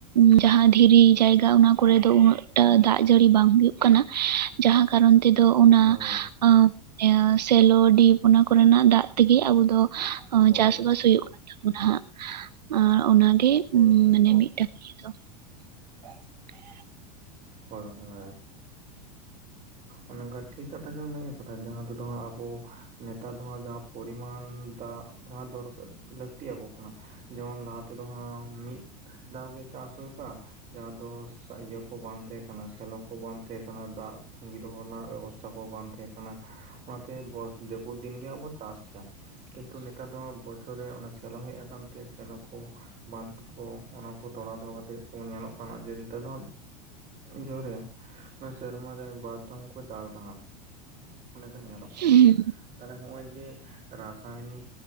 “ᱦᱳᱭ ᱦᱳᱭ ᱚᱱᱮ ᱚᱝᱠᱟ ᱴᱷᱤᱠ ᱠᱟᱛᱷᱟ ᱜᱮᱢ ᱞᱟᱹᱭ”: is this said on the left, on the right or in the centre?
Right